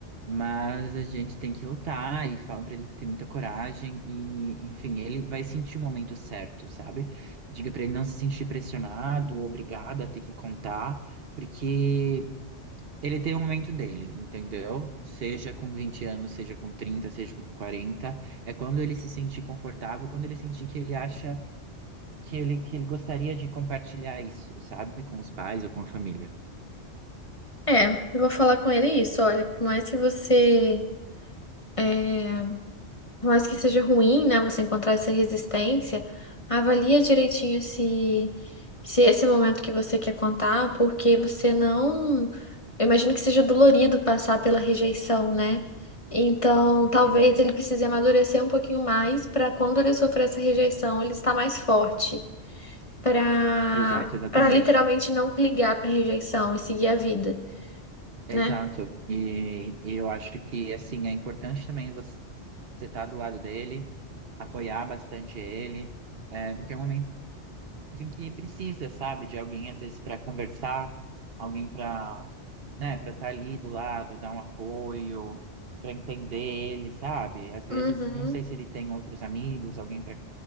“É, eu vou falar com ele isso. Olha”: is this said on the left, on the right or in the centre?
Left